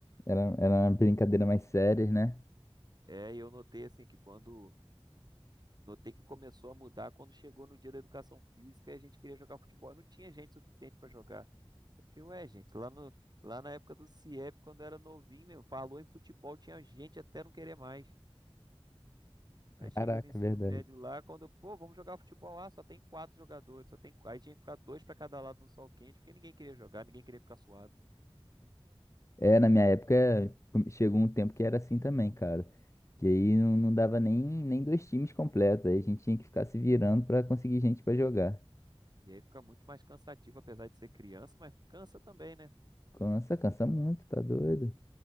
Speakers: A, on the left; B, on the right.
A: Era, era uma brincadeira mais séria, né?
B: É, e eu notei assim que quando Notei que começou a mudar quando chegou no dia da educação física e a gente queria jogar futebol. Não tinha gente suficiente para jogar. Eu Fiquei, ué, gente, lá, no, lá na época do CIEP, quando eu era novinho, meu, falou em futebol, tinha gente até não querer mais. Aí cheguei
A: Caraca,
B: no ensino
A: verdade.
B: médio lá, quando eu, pô, vamos jogar futebol lá, só tem quatro jogadores, só tem quatro. Aí tinha que ficar dois para cada lado no sol quente, porque ninguém queria jogar, ninguém queria ficar suado.
A: É, na minha época, tipo, chegou um tempo que era assim também, cara. Que aí não, não dava nem, nem dois times completos. Aí a gente tinha que ficar se virando pra conseguir gente pra jogar.
B: E aí fica muito mais cansativo, apesar de ser criança, mas cansa também, né?
A: Cansa, cansa muito, tá doido?